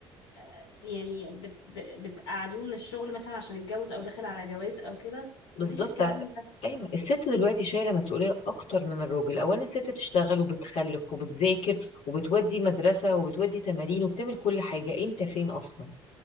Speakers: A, on the left; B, on the left.
A: آه، يعني بت... بت- بتقعدوه من الشغل مثلا عشان اتجوز او داخل على جواز او كده
B: بالظبط
A: مفيش الكلام
B: ع-
A: ده
B: ايوه الست دلوقتي شايله مسؤوليه اكتر من الراجل اولا الست بتشتغل وبتخلف وبتذاكر وبتودي مدرسه وبتودي تمارين وبتعمل كل حاجه انت فين اصلا